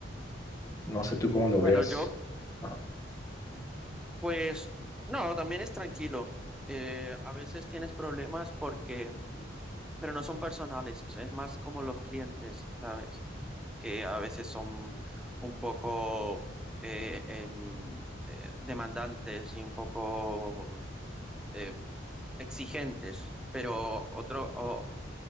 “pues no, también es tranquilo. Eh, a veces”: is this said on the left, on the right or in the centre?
Centre